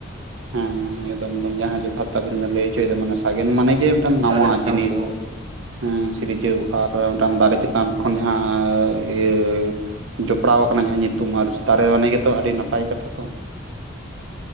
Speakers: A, on the right (about 75°); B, on the right (about 30°).
A: ᱦᱮᱸ ᱦᱮᱸ ᱮᱫᱚᱫᱚᱢ ᱡᱟᱦᱟᱸ ᱛᱟᱵᱤᱱ ᱵᱮ ᱞᱟᱹᱭ ᱦᱚᱪᱚᱭᱮᱫᱟ ᱢᱟᱱᱮ ᱥᱟᱜᱮᱱ ᱢᱟᱱᱮ ᱜᱮ ᱢᱤᱫᱴᱮᱱ ᱱᱟᱣᱟ
B: ᱫᱟᱨᱮ ᱥᱟᱠᱟᱢ
A: ᱡᱤᱱᱤᱥ,
B: ᱠᱚ
A: ᱦᱮᱸ ᱥᱤᱨᱡᱟᱹᱣ ᱟᱨ ᱢᱤᱫᱴᱟᱱ ᱫᱟᱨᱮ ᱪᱮᱛᱟᱱ ᱠᱷᱚᱱ ᱡᱟᱦᱟᱸ ᱤᱭᱟᱹ, ᱡᱚᱯᱲᱟᱣ ᱟᱠᱟᱱᱟ ᱡᱟᱦᱟᱸ ᱧᱩᱛᱩᱢ ᱟᱨ ᱤᱥᱛᱷᱟᱨᱮ ᱢᱟᱱᱮ ᱜᱮᱛᱚ ᱟᱹᱰᱤ ᱱᱟᱯᱟᱭ ᱠᱟᱛᱷᱟ ᱛᱚ,